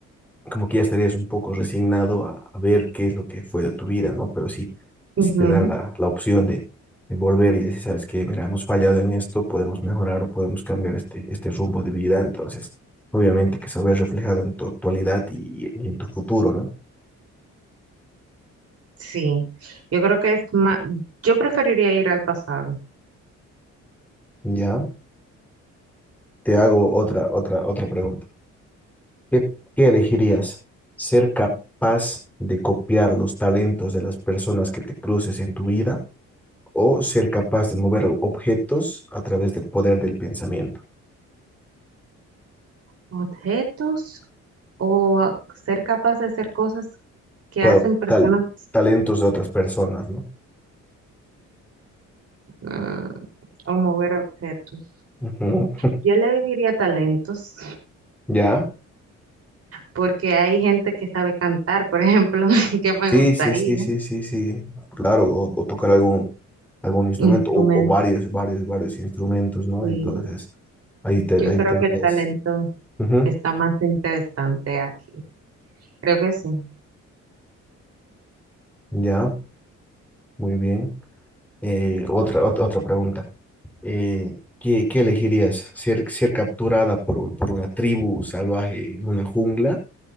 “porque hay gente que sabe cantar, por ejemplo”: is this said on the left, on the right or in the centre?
Right